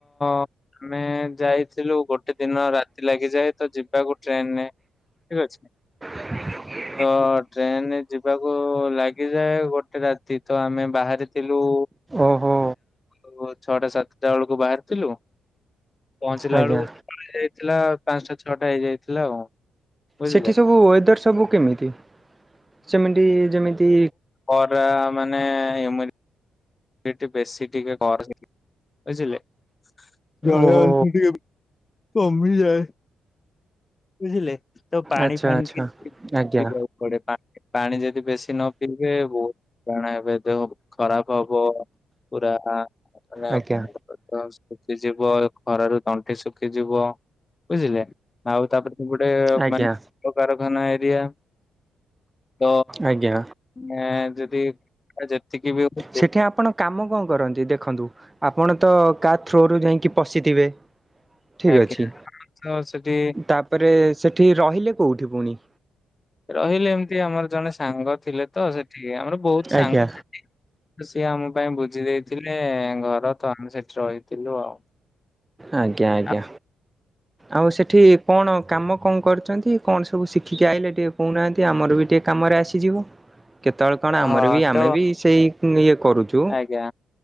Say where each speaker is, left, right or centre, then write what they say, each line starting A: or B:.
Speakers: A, on the left; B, on the right.
A: ଆମେ ଯାଇଥିଲୁ ଗୋଟେ ଦିନ ରାତି ଲାଗିଯାଏ ତ ଯିବା କୁ ଟ୍ରେନରେ ଠିକ୍ ଅଛି।
B: <inaudible>
A: ତ ଟ୍ରେନରେ ଯିବାକୁ ଲାଗିଯାଏ ଗୋଟେ ରାତି ତ ଆମେ ବାହାରିଥିଲୁ
B: ଓହୋ।
A: ଦେଖନ୍ତୁ ଛଅଟା ସାତଟା ବେଳକୁ ବାହାରିଥିଲୁ। ପହଞ୍ଚିଲା
B: ଆଜ୍ଞା
A: ବେଳକୁ ପୁରି ଯାଇଥିଲା ପାଞ୍ଚଟା ଛଅଟା ହେଇଯାଇଥିଲା ଆଉ। ବୁଝିଲେ।
B: ସେଠି ସବୁ ୱେଦର ସବୁ କେମିତି ସେମିତି ଯେମିତି
A: ଖରା ମାନେ ଇମୁନି ଏଠି ବେଶୀ ଟିକେ କର ସେ <unintelligible> ବୁଝିଲେ। ଜଳିୟଅଂଶ
B: ଓହୋ
A: ଟିକେ କମି ଯାଏ। ବୁଝିଲେ ତ ପାଣି
B: ଆଚ୍ଛା
A: ଫାଣି
B: ଆଚ୍ଛା
A: ଟିକେ
B: ଆଜ୍ଞା
A: <inaudible> ଗୋଟେ ପା-ପାଣି ଯଦି ବେଶୀ ନ ପିଇଥୀବେ ବୋହୁ କାରଣ ଏବେ ଯୋଉ ଖରାପ ହବ ପୁରା ମାନେ
B: ଆଜ୍ଞା
A: <inaudible> ସୁଖିଯିବ ଖରାରୁ ତଣ୍ଟି ଶୁଖିଯିବ ବୁଝିଲେ। ଆଉ ତାପରେ ସେପଟେ
B: ଆଜ୍ଞା
A: ମାନେ କାରଖାନା ଏରିଆ ତ
B: ଆଜ୍ଞା
A: ମାନେ ଯଦି ଆ ଯେତିକି ବି ହଉ
B: ସେଠି ଆପଣ କାମ କଣ କରନ୍ତି ଦେଖନ୍ତୁ ଆପଣ ତ କା ଥ୍ରୋରୁୁ ଯାଇକି ପଶିଥିବେ। ଠିକ
A: ଆଜ୍ଞା
B: ଅଛି
A: ତ ସେଠି
B: ତାପରେ ସେଠି ରହିଲେ କୋଉଠି ପୁଣି?
A: ରହିଲେ ଏମିତି ଆମର ଜଣେ ସାଙ୍ଗ ଥିଲେ ତ ସେଠିକି ଆମର ବହୁତ ସାଙ୍ଗ।
B: ଆଜ୍ଞା
A: ସିଏ ଆମ ପାଇଁ ବୁଝି ଦେଇେଇଥିଲେ ଘର ତ ଆମେ ସେଠି ରହିଥିଲୁ ଆଉ।
B: ଆଜ୍ଞା ଆଜ୍ଞା
A: ଆ
B: ଆଉ ସେଠି କଣ କାମ କଣ କରୁଛନ୍ତି କଣ ସବୁ ଶିଖିକି ଆଇଲେେ ଟିକେ କହୁନାହାନ୍ତି ଆମର ବି ଟିକେ କାମରେ ଆସିଯିବ। କେତେବେଳେ କଣ
A: ହଁ
B: ଆମର ବି
A: ତ
B: ଆମେ ବି ସେଇ ଇଏ କରୁଛୁ।
A: ଆଜ୍ଞା